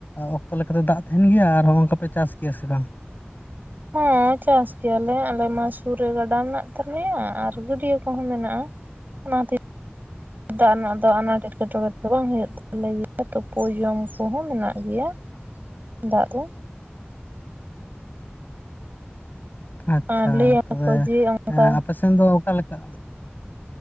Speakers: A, on the left; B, on the right.
A: ᱚᱠᱛᱚ ᱞᱮᱠᱟ ᱛᱮ ᱫᱟᱜ ᱛᱟᱦᱮᱱ ᱜᱮᱭᱟ ᱟᱨ ᱦᱚᱸᱜᱚᱝᱠᱟ ᱯᱮ ᱪᱟᱥ ᱜᱮᱭᱟ ᱥᱮ ᱵᱟᱝ?
B: ᱦᱮᱸ ᱪᱟᱥ ᱜᱮᱭᱟᱞᱮ ᱟᱞᱮ ᱢᱟ ᱥᱩᱨ ᱨᱮ ᱜᱟᱰᱟ ᱢᱮᱱᱟᱜ ᱛᱟᱞᱮᱭᱟ ᱟᱨ ᱜᱟᱹᱰᱭᱟ ᱠᱚᱦᱚᱸ ᱢᱮᱱᱟᱜ-ᱟ ᱚᱱᱟ ᱛᱮ ᱫᱟᱜ ᱨᱮᱱᱟᱜ ᱫᱚ ᱟᱱᱟ ᱮᱴᱠᱮᱴᱚᱬᱮ ᱫᱚ ᱵᱟᱝ ᱦᱳᱭᱳᱜ ᱵᱷᱟᱞᱮ ᱜᱮᱭᱟ ᱛᱳᱯᱳ ᱡᱚᱢ ᱠᱚ ᱦᱚᱸ ᱢᱮᱱᱟᱜ ᱜᱮᱭᱟ ᱫᱟᱜ ᱫᱚ
A: ᱟᱪᱷᱟ
B: ᱟᱨ ᱞᱟᱹᱭᱟᱠᱚ
A: ᱛᱚᱵᱮ
B: ᱡᱮ ᱚᱱᱠᱟ
A: ᱟᱯᱮ ᱥᱮᱱ ᱫᱚ ᱚᱠᱟ ᱞᱮᱠᱟ?